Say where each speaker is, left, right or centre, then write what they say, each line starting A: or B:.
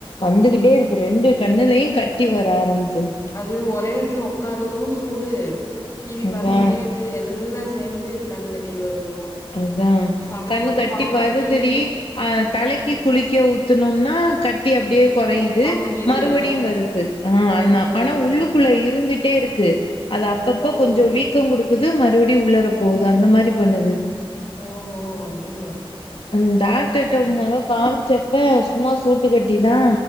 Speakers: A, on the left; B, on the left.
A: வந்துகிட்டே இருக்கு ரெண்டு கண்ணுலயு கட்டி வர ஆரம்பிச்
B: அது ஒரே எடத்துல ஒக்கார்றது சூடு டி வி
A: அதா
B: பாத்துக்கிட்டே இரு து எல்லா சேந்து கண் கட்டி வருது போல
A: அதா
B: கண்ண
A: கண்ணு
B: மட்டு
A: கட்டி
B: பாத்துக்கடி
A: வருதுடி அ
B: ஆ
A: தலைக்கு குளிக்க ஊத்துனம்னா கட்டி அப்டியே கொறையிது
B: அமிங்கிருது
A: மறுபடியு வருது ஆ அன்னா
B: அதுதா
A: ஆனா உள்ளு க்குள்ள இருந்துட்டே இருக்கு அது அப்பப்ப
B: ஓ
A: கொஞ்ச வீக் கம் குடுக்குது மறுபடி உள்ளாற போது அந்த மாரி பண்ணுது
B: ஓஹோ அய்யியோ
A: ம், டாக்டர்ட்ட மொத காமிச்சப்ப சும்மா சூட்டு கட்டிதா